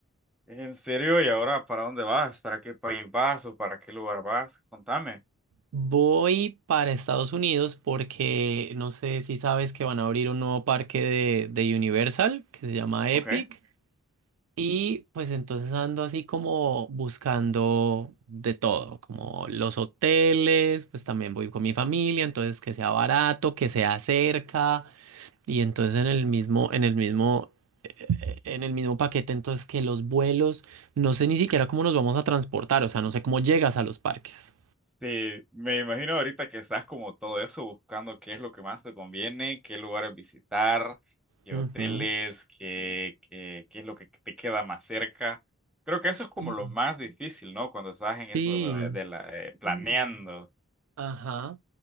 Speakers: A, in the centre; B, on the right (about 85°).
A: ¿En serio? ¿Y ahora para dónde vas? ¿Para qué país vas o para qué lugar vas? Contame.
B: Voy para Estados Unidos porque no sé si sabes que van a abrir un nuevo parque de, de Universal que se llama Epic.
A: Ok.
B: Y pues entonces ando así como buscando de todo, como los hoteles, pues también voy con mi familia, entonces que sea barato, que sea cerca, y entonces en el mismo, en el mismo, eh, en el mismo paquete, entonces que los vuelos, no sé ni siquiera cómo nos vamos a transportar, o sea, no sé cómo llegas a los parques.
A: Sí, me imagino ahorita que estás como todo eso, buscando qué es lo que más te conviene, qué lugares visitar, qué
B: Ujú.
A: hoteles, qué, qué, qué es lo que te queda más cerca. Creo que eso
B: Sí,
A: es como lo más difícil, ¿no? Cuando estás en eso
B: sí,
A: de, de la, eh, planeando.
B: ajá.